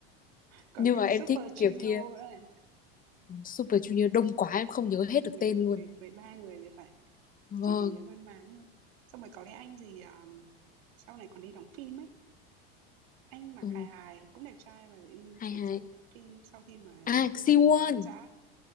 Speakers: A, on the right (about 70°); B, on the left (about 25°).
A: Còn
B: Nhưng
A: cả
B: mà em
A: Super
B: thích
A: Junior
B: kiểu kia.
A: nữa này,
B: Super Junior đông quá em không nhớ hết được
A: mười
B: tên luôn.
A: mười 13 người thì phải,
B: Vâng.
A: chị chỉ nhớ mang máng thôi. Xong rồi có cái anh gì, ờm, sau này còn đi đóng phim ấy, anh mặc
B: Ừ,
A: hài hài, cũng đẹp trai và đi
B: hay
A: chuyển
B: hay.
A: sang đi đóng phim sau khi mà
B: À,
A: Super
B: Siwon.
A: Junior tan rã.